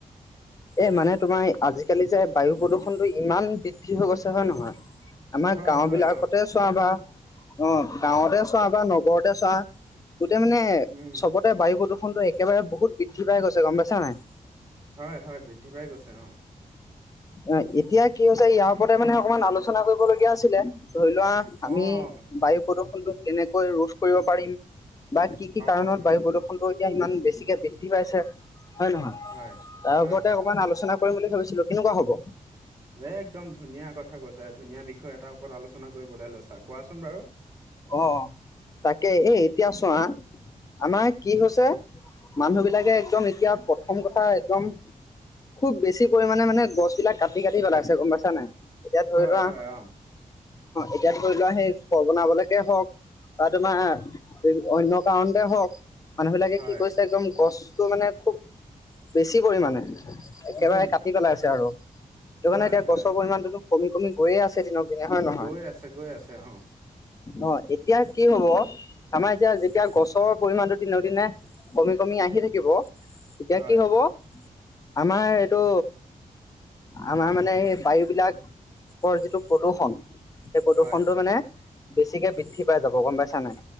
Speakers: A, on the left; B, on the right.
A: এই মানে তোমাৰ আজিকালি যে বায়ু প্ৰদূষণ টো ইমান বৃদ্ধি হৈ গৈছে হয় নহয় আমাৰ
B: হয়
A: গাঁও
B: হয়
A: বিলাকতে
B: অ'।
A: চোৱা বা অ গাঁৱতে চোৱা বা নগৰতে চোৱা গোটেই মানে
B: উম,
A: চবতে বায়ু প্ৰদূষণটো একেবাৰে বহুত বৃদ্ধি পাই গৈছে গম পাইছা নাই
B: হয় হয় বৃদ্ধি পাই গৈছে অ
A: অ এতিয়া কি হৈছে ইয়াৰ ওপতে মানে অকমান আলোচনা কৰিবলগীয়া আছিলে ধৰি লোৱা আমি
B: অ',
A: বায়ু প্ৰদূৰ্ষণটো কেনেকৈ ৰোধ কৰিব পাৰিম বা কি কি
B: অ',
A: কাৰণত বায়ু প্ৰদূৰষণ এতিয়া ইমান বেছিকে বৃদ্ধি পাইছে হয় নে নহয়
B: হয়।
A: তাৰ
B: হয়
A: ওপৰতে
B: হয়
A: অকমান আলোচনা কৰিম বুলি ভাবিছিলো কেনেকুৱা হ'ব
B: এ একদম ধুনীয়া কথা কৈছা ধুনীয়া বিষয় এটা ওপৰত আলোচনা কৰিবলৈ লৈছা কোৱাচোন বাৰু
A: অ অ তাকে এ এতিয়া চোৱা আমাৰ কি হৈছে মানুহ বিলাকে একদম এতিয়া প্ৰথম কথা একদম খুব বেছি পৰিমাণে মানে গছ বিলাক কাটি কাটি পেলাইছে গম পাইছা নাই এতিয়া ধৰি
B: হয়
A: লোৱা
B: হয় অ',
A: এতিয়া ধৰি লোৱা সেই ঘৰ বনাবলৈকে হওঁক বা তোমাৰ অন্য কাৰণতে হওঁক। মানুহ বিলাকে
B: হয়
A: কি কৰিছে, একদম গছটো মানে খুব বেছি পৰিমাণে একেবাৰে
B: উম,
A: কাটি পেলাই আছে আৰু তোৰ
B: হয়
A: মানে এতিয়া
B: হয়।
A: গছৰ পৰিমাণটোতো কমি কমি গৈয়ে আছে দিনক দিনে হয় নহয়
B: গৈ আছে গৈ আছে অ
A: অ এতিয়া কি হব আমাৰ এতিয়া যেতিয়া গছৰ পৰিমানটো দিনক দিনে কমি কমি আহি থাকিব তেতিয়া
B: হয়
A: কি হব আমাৰ এইটো আমাৰ মানে এই বায়ু বিলাকৰ যিটো প্ৰদূৰ্ষন সেই প্ৰদূৰ্ষণটো
B: হয়
A: মানে বেছিকে বৃদ্ধি পাই যাব গম পাইছা নাই